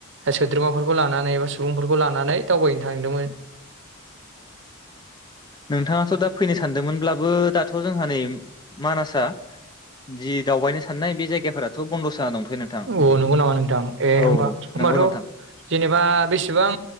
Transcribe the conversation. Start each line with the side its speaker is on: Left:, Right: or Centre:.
Right: सोद्रोमाफोरखौ लानानै एबा सुबुंफोरखौ लानानै दावबायनो थांदोंमोन
Left: नोंथाङा दा फैनो सानदोंमोनब्लाबो दाथ जोंहा नै मानासा जि दावबायनो साननाय बे जायगाफोराथ बन्दसो जाना दंथयो नोंथां
Right: अ नंगौ नामा नोंथां ए
Left: औ
Right: होमबा होमबाथ'
Left: नंगौ नोंथां
Right: जेनेबा बेसेबां